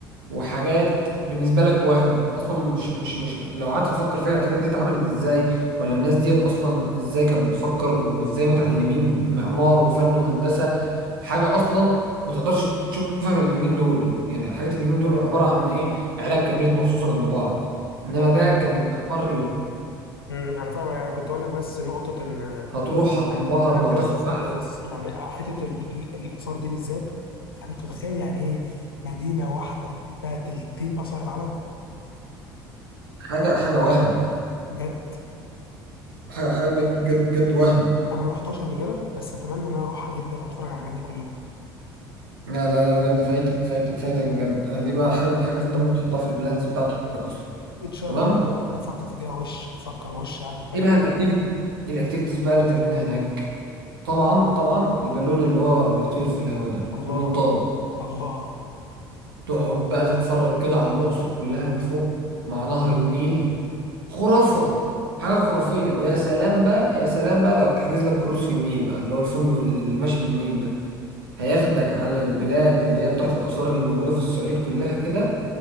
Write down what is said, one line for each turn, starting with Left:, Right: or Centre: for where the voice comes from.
Right: وحاجات بالنسبة لك وهم أصلا مش مش مش لو قعدت تفكر فيها الحاجات دي اتعملت إزاي ولا الناس ديت أصلا إزاي كانت بتفكر وإزاي متعلمين معمار وفن وهندسة حاجة أصلا ما تقدرش تشوفها في اليومين دول يعني حاجات اليومين دول عبارة عن إيه علب كبريت مرصوصة جنب بعض إنما
Left: لا بجد
Right: ده كان المعمار اللي
Left: امم انا فاهم يعني انا كنت اقول لك بس نقطه ان
Right: هتروح
Left: انا
Right: هتنبهر
Left: أنا
Right: وهتاخد
Left: بجد ثانيه
Right: أحسن
Left: بس يعني حته ال- ال- الاثار دي بالذات يعني انت متخيل يعني ايه مدينه واحده فيها تلتين اثار العالم
Right: حاجة حاجة وهم
Left: بجد
Right: حاجة حاجة بجد بجد بجد وهم
Left: انا ما رحتهاش قبل كده بس اتمنى ان انا اروحها جدا واتفرج على الحاجات دي كلها
Right: لا لا لا بجد فايتك فايتك فايتك بجد آه، دي بقى حاجة من الحاجات اللي انت ممكن تحطها في البلانز بتاعتك اصلا
Left: ان شاء
Right: تمام
Left: الله انا هعمل- افكر في كده وش افكر وش يعني في حاجه
Right: ايه بقى
Left: زي
Right: الاكتيفيتي
Left: دي
Right: الاكتيفيتيز بقى اللي تعملها هناك طبعا طبعا البالون اللي هو بيطير في الهواء ده
Left: الله
Right: المنطاد
Left: الله
Right: تقعد بقى تتفرج كده على الأقصر كلها من فوق مع نهر النيل خرافة حاجة خرافية ويا سلام بقى يا سلام بقى لو تحجز لك كروز في النيل بقى اللي هو الفندق اللي ماشي في النيل ده هياخدك على البلاد اللي هي بتاعت الآثار اللي موجودة في الصعيد كلها كده